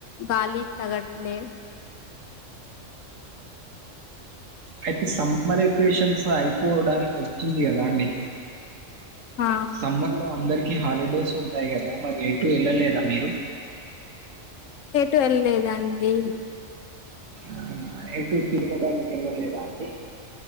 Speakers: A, on the left (about 80°); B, on the right (about 80°).
A: గాలి తగట్లే
B: అయితే సం మరి ఈక్వేషన్స్అయిపోవడానికి వచ్చింది కాదండి
A: ఆ
B: సమ్మర్ లో అందరికి హాలిడేస్ ఉంటాయి గాదా మరి ఎక్ టు ఎళ్ళలేద మీరు
A: ఎటు ఎళ్ళలేదండి
B: ఆ ఏటు తిరగడానికి ఏళ్లలేద అండి